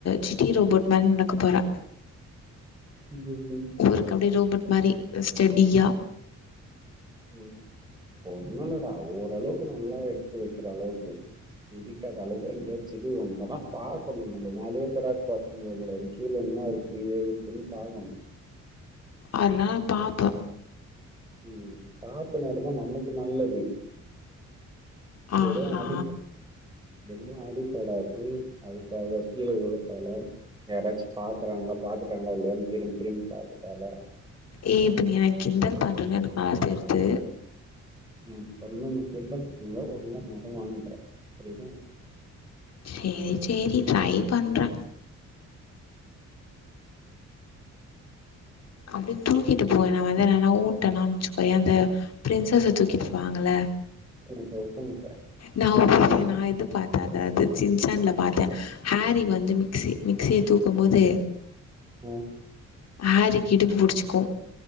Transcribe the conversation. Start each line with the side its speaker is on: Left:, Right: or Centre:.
Left: சிட்டி ரோபோட் மாரி நடக்க போறே
Right: எப்டி
Left: ஊருக் அப்டே ரோபர்ட் மாரி ஸ்டெடியா
Right: ம் ஒன்னு இல்லடா ஓரளவுக்கு நல்லா எடுத்து வைக்கிற அளவுக்கு இடிக்காத அளவுக்கு எங்கயாச்சு <inaudible> வந்தன்னா பாக்கணு நம்ம மேலயே பெராக் பாத்துட் போகூடாது கீழ என்னா இருக் ஏது இருக்குனு பாக்கணு
Left: அதுல்லா பாப்பே
Right: ம் பாத்து நடந்தா நமக்கு நல்லது
Left: ஆஹா
Right: எது அடிக்க எதுவு அடிபடாது அதுக்காக கீழ உழ தேவல யாராச்சு பாக்குறாங்ளா பாத்துட்டாங்ளா இல்லயானு திரும்பி திரும்பி பாக்க தேவல
Left: ஏய் இப்ப நீ என்ன கிண்டல் பண்ணுறன்னு எனக்கு நல்லா தெருது
Right: நா உன்ன இப்ப ஒன்னு கிண்டல் பண்ல ஒழுங்கா நட டான்ற <inaudible>
Left: சேரி சேரி ட்ரை பண்றே அப்டே தூக்கிட்டு போ என்ன வந்து நா என்னா ஊன்டன்னா வச்சிக்கோயே அந்த பிரின்ஸச தூக்கிட்டு போவாங்கள
Right: <inaudible> பண்ணிட்ட
Left: நா ஒரு இது நா இது பாத்தே அத அது சின்சான்ல பாத்தே ஹேரி வந்து மிக்சி மிக்சிய தூக்கம்போது
Right: ஆ
Left: ஹேரிக்கு இடுப்பு புடிச்சிக்கு